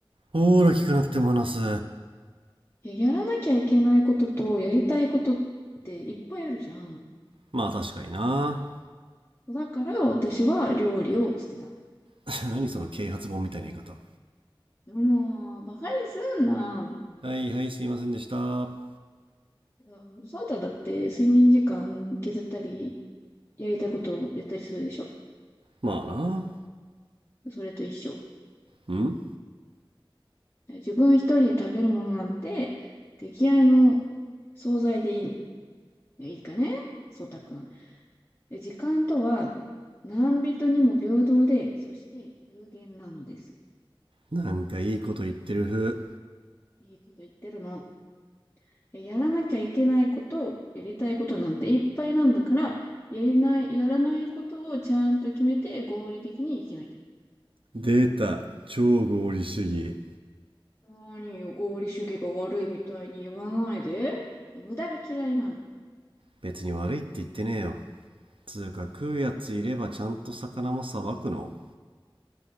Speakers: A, on the right (about 70°); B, on the left (about 30°).
A: ほーら、聞かなくても話す。
B: いや、やらなきゃいけないことと、やりたいことっていっぱいあるじゃん。
A: まあ確かにな。
B: だから私は料理を捨てた。
A: <laughs> 何その啓発本みたいな言い方。
B: もう、バカにすんな。
A: はいはい、すいませんでした。ま
B: いやそうただって睡眠時間削ったり、やりたいことをやったりするでしょ
A: あな。
B: それと一緒。
A: うん
B: 自分一人で食べるものなんて、出来合いの惣菜でいいもん。いいかねそうたくん。え時間とは、何人にも平等で、そして有限なのです。
A: なんかいいこと言ってる風。
B: いいこと言ってるの。えやらなきゃいけないこと、やりたいことなんていっぱいなんだから、やりない、やらないことをちゃんと決めて合理的に生きなきゃ。
A: 出た、超合理主義。
B: 何よ、合理主義が悪いみたいに言わないで。無駄が嫌いなの。
A: 別に悪いって言ってねえよ。つうか食うやついればちゃんと魚もさばくの